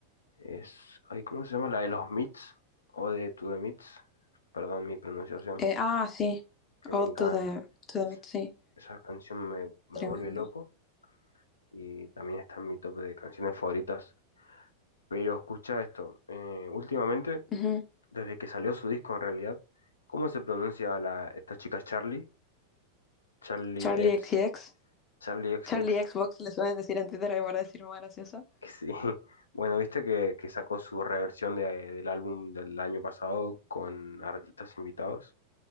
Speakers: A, on the left (about 75°); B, on the left (about 25°).
A: es, ay, ¿cómo se llama? La de los Mits, o de To The Mits, perdón mi pronunciación,
B: Eh, ah, sí.
A: que
B: All
A: me encanta.
B: to the, to the
A: Es-
B: Mid sí.
A: Esa canción me, me
B: Tremendo.
A: vuelve loco y también está en mi top de canciones favoritas. Pero escucha esto, eh, últimamente,
B: Ujú.
A: desde que salió su disco en realidad, ¿cómo se pronuncia la, esta chica Charlie? Charlie
B: Charlie
A: X,
B: XCX.
A: Charlie X
B: Charlie Xbox le suelen decir en Twitter que para decir más graciosa.
A: <laughs> Sí. Bueno, viste que, que sacó su reversión de- del álbum del año pasado con artistas invitados.